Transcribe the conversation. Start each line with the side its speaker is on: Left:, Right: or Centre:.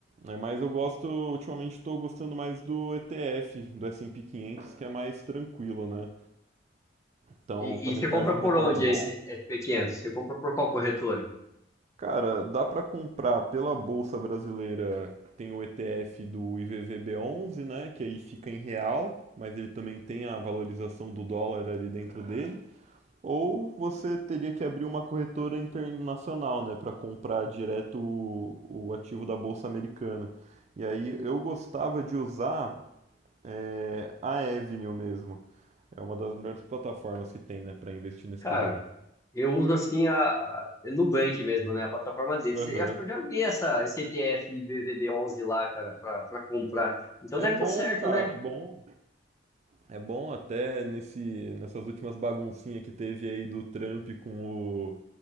Right: É, Mas eu gosto, ultimamente estou gostando mais do ETF, do S&P 500, que é mais tranquilo, né? Então
Left: E,
Right: também
Left: e você
Right: traz
Left: compra
Right: um retorno
Left: por onde
Right: bom.
Left: esse SP500? Você compra por qual corretora?
Right: Cara, dá para comprar pela Bolsa Brasileira, tem o ETF do IVVB11, né, que aí fica em real, mas ele também tem a valorização do dólar ali dentro dele. Ou você teria que abrir uma corretora internacional, né, para comprar direto o, o ativo da Bolsa Americana. E aí eu gostava de usar é, a Avenue mesmo. É uma das melhores plataformas que tem, né, para investir no exterior.
Left: Cara, eu uso assim a a Nubank mesmo, né? A plataforma deles.
Right: Aham.
Left: Eu acho que eu já vi essa, esse ETF IBVB11 lá, cara, pra, pra comprar. Então
Right: É
Left: deve
Right: bom,
Left: dar certo,
Right: cara,
Left: né?
Right: é bom. É bom até nesse, nessas últimas baguncinhas que teve aí do Trump com o,